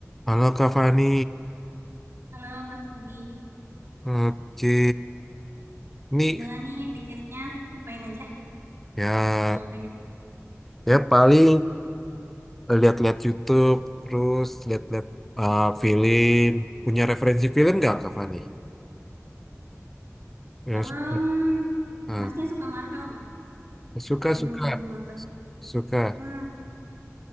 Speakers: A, in the centre; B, on the right.
A: Halo Kak Fani,
B: Halo Mas Roni,
A: oke. Ini
B: gimana nih weekendnya? Ngapain aja?
A: ya,
B: Udah ngapain aja?
A: ya paling lihat-lihat YouTube, terus lihat-lihat uh, film. Punya referensi film nggak Kak Fani? Ya,
B: Film,
A: suka. Ah,
B: Masnya suka Marvel nggak?
A: suka,
B: Atau
A: suka,
B: belum nonton?
A: suka.
B: Hmm,